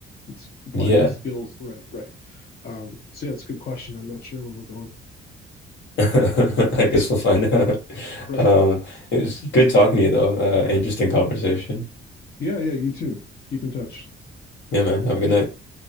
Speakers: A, on the left; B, on the left.
A: It's applying
B: Yeah.
A: those skills. Right, right. Um, so yeah, it's a good question. I'm not sure where we're going.
B: <laughs> I guess we'll find <laughs> out.
A: Right.
B: Um, it was good talking to you though. Uh, interesting conversation.
A: Yeah, yeah, you too. Keep in touch.
B: Yeah, man. Have a good night.